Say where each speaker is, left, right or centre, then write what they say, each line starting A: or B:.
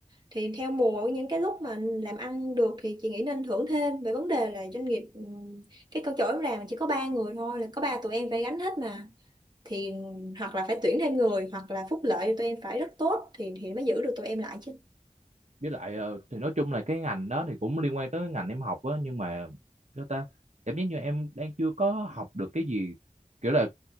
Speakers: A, on the right; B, on the right.
A: thì theo mùa những cái lúc mà làm ăn được thì chị nghĩ nên thưởng thêm về vấn đề là doanh nghiệp ừ, cái câu chỗ em làm chỉ có ba người thôi là có ba tụi em phải gánh hết mà thì hoặc là phải tuyển thêm người hoặc là phúc lợi tụi em phải rất tốt thì thì mới giữ được tụi em lại chứ.
B: với lại ờ, thì nói chung là cái ngành đó thì cũng liên quan tới cái ngành em học á nhưng mà sao ta cảm giác như em đang chưa có học được cái gì kiểu là